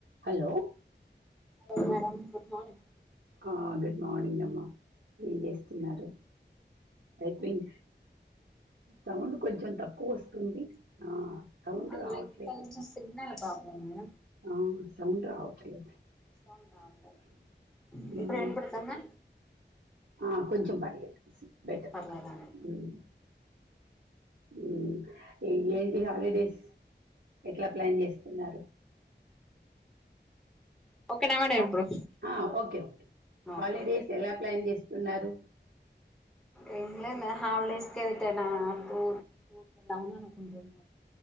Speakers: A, on the right (about 85°); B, in the centre.
A: Hello
B: hello madam good morning
A: ఆ good morning అమ్మ ఏం చేస్తున్నారు ఐపోయింది సౌండ్ కొంచెం తక్కువోస్తుంది ఆ సౌండ్
B: నాకు
A: రావట్లేదు
B: కొంచెం సిగ్నల్ ప్రాబ్లం మేడం
A: ఆ సౌండ్ రావట్లేదు
B: సౌ రావట్లే
A: మ్మ్
B: ఇప్పుడు ఇంపడుతుందా
A: ఆ కొంచెం పర్లేదు బెటర్
B: పర్లేదండి
A: మ్మ్ మ్మ్ ఏంటి హాలిడేస్ ఎట్లా ప్లాన్ జేస్తున్నారు
B: ఓకేనా మేడం
A: హా
B: ఇప్పుడు
A: ఆ ఓకే ఓకే హాలిడేస్
B: ఓకే
A: ఎలా ప్లాన్ జేస్తున్నారు
B: ఏం లేద్ నా హాల్డేస్ కెల్తున తు టు ఉ అనుకుంటున్నా